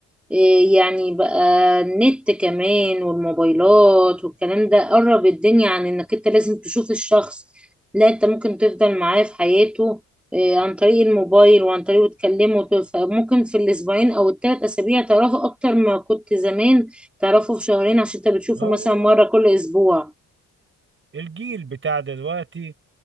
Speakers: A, in the centre; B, on the right (about 40°).
A: إيه يعني بقى النت كمان والموبايلات والكلام ده قرب الدنيا عن انك انت لازم تشوف الشخص لا انت ممكن تفضل معاه في حياته إيه عن طريق الموبايل وعن طريقه تكلمه ممكن في الاسبوعين او الثلاث اسابيع تعرفوا اكتر ما كنت زمان تعرفوا في شهرين عشان انت بتشوفه
B: هو
A: مثلا مرة كل اسبوع
B: الجيل بتاع دلوقتي